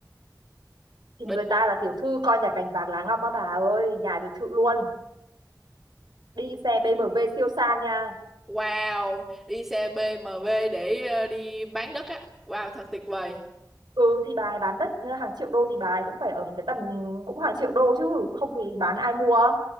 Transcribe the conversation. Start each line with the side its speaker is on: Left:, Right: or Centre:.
Right: Thì
Centre: Đỉnh.
Right: người ta là tiểu thư coi nhà cành vàng lá ngọc á bà ơi, nhà biệt thự luôn. Đi xe BMW siêu sang nha.
Centre: Wow, đi xe BMW để ờ, đi bán đất á. Wow, thật tuyệt vời.
Right: ừ thì bà ấy bán đất ờ, hàng triệu đô thì bà ấy cũng phải ở một cái tầm cũng hàng triệu đô chứ không thì bán ai mua